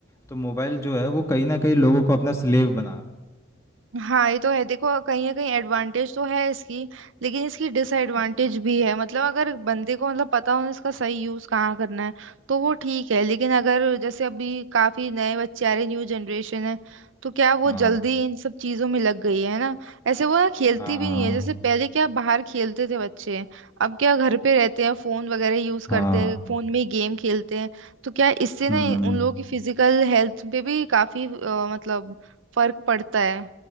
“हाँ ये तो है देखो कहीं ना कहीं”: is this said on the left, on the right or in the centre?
Right